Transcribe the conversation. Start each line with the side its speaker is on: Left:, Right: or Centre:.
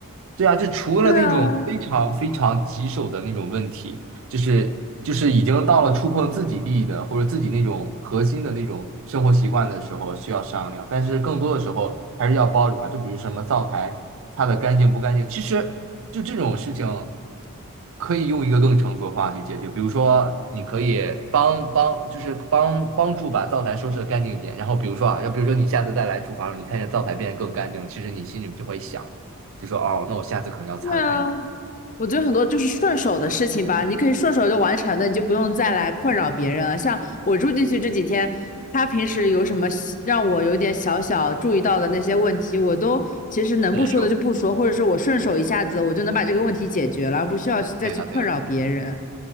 Right: 对啊，就除了那种非常非常棘手的那种问题，
Left: 对啊，
Right: 就是就是已经到了触碰自己利益的或者自己那种核心的那种生活习惯的时候需要商量，但是更多的时候还是要包容啊。就比如什么灶台擦的干净不干净，其实就这种事情可以用一个更成熟的方法去解决。比如说，你可以帮帮就是帮帮助把灶台收拾的干净一点，然后比如说啊，要比如说你下次再来厨房，你看见灶台变得更干净，其实你心里就会想。就说哦，那我下次可能要擦的干净。
Left: 对啊，我觉得很多就是顺手的事情吧，你可以顺手就完成的，你就不用再来困扰别人了。像我住进去这几天，他平时有什么小让我有点小小注意到的那些问题，我都其实能不说的就不说，
Right: 难受。
Left: 或者是我顺手一下子我就能把这个问题解决了，不需要去再去困扰别人。
Right: 对呀，对呀，